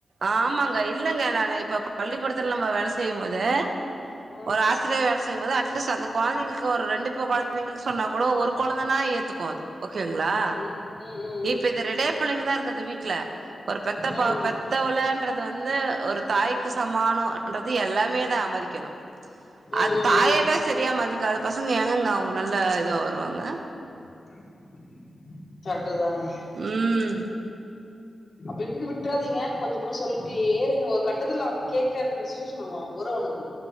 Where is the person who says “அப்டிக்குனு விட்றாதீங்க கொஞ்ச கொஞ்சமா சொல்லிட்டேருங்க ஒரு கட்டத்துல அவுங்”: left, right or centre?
Left